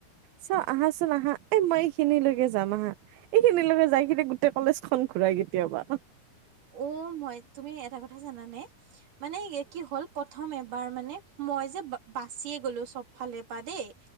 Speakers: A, on the right; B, on the right.
A: চাও আহাচোন আহা এ মই এইখিনিলৈকে যাম আহা এইখিনিলকে যাই কিনে গোটেই কলেজ খন ঘূৰি, কেতিয়াবা-
B: অ মই তুমি এটা কথা জানানে মানে কি হ'ল প্ৰথমে- এবাৰ মানে মই যে বাচিয়ে গ'লো চব ফালে পৰা দেই-